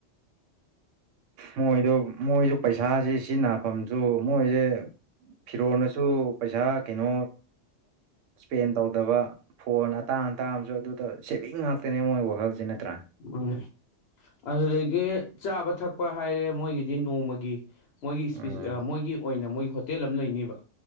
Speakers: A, on the right; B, on the left.
A: ꯃꯣꯏꯗ ꯃꯣꯏꯁꯨ ꯄꯩꯁꯥꯥꯁꯦ ꯁꯤ ꯅꯥꯐꯝꯁꯨ ꯃꯣꯏꯁꯦ ꯐꯤꯔꯣꯅꯁꯨ ꯄꯩꯁꯥ ꯀꯩꯅꯣ ꯏꯁꯄꯦꯟ ꯇꯧꯗꯕ ꯐꯣꯟ ꯑꯇꯥꯡ ꯑꯇꯥꯥꯡꯕꯁꯨ ꯑꯗꯨꯗ ꯁꯦꯚꯤꯡ ꯉꯥꯛꯇꯅꯦ ꯃꯣꯏ ꯋꯥꯈꯜꯁꯦ ꯅꯠꯇ꯭ꯔꯥ
B: ꯎꯝ ꯑꯗꯨꯗꯒꯤ ꯆꯥꯕ ꯊꯛꯄ ꯍꯥꯏꯔꯦ ꯃꯣꯏꯒꯤꯗꯤ ꯅꯣꯡꯃꯒꯤ ꯃꯣꯏꯒꯤ ꯏꯁꯄꯤ
A: ꯎꯝ
B: ꯃꯣꯏꯒꯤ ꯑꯣꯏꯅ ꯃꯣꯏꯒꯤ ꯍꯣꯇꯦꯜ ꯑꯃ ꯂꯩꯅꯤꯕ